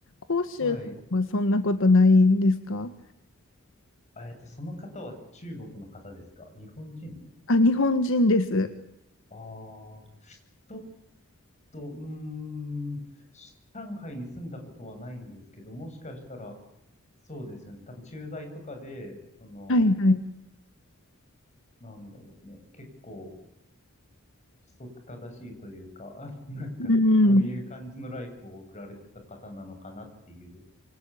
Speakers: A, on the left; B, on the left.
A: 広州はそんなことないんですか
B: はい。あえっと、その方は中国の方ですか日本人
A: あ、日本人です。
B: ああー、ちょっと、うーん、上海に住んだことはないんですけど、もしかしたら、そうですよね。多分駐在とかで、その、
A: はいはい。
B: なんだろうね。結構、規則正しいというか、<laughs> あなんかそういう感じのライフを送られてた方なのかなっていう
A: うん。